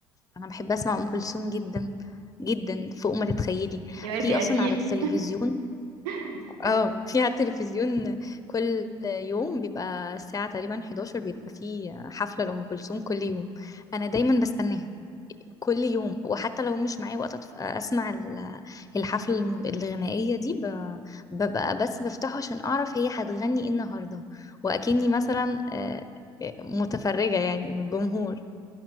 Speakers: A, on the left; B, on the right.
A: أنا بحب أسمع أم كلثوم جدا جدا فوق ما تتخيلي
B: يا وادي
A: في
B: قديم
A: أصلا على التلفزيون
B: <laughs> آه.
A: اه في على التلفزيون كل يوم بيبقى الساعة تقريبا 11 بيبقى في حفلة لأم كلثوم كل يوم أنا دايما بستناها كل يوم وحتى لو مش معايا وقت أتف- أسمع ال- الحفلة الم- الغنائية دي ب- ببقى بس بفتحه عشان أعرف هي هتغني إيه النهاردة وأكني مثلا آه، آه، متفرجة يعني من الجمهور